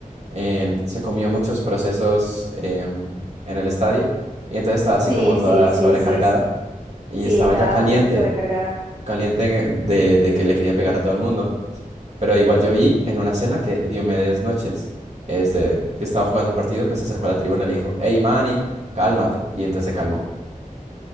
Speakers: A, on the right; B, on the right.
A: em, se comió muchos procesos em, en el estadio. Y entonces estaba así
B: Sí,
A: como toda
B: sí, sí,
A: sobrecargada
B: sí, sí.
A: y
B: Sí,
A: estaba
B: estaba
A: ya caliente,
B: bastante sobrecargada.
A: caliente de, de que le quería pegar a todo el mundo. Pero igual yo vi en una escena que Diomedes Noches, este, que estaba jugando el partido, pues se acercó a la tribuna y le dijo, hey Manny, cálmate. Y entonces se calmó.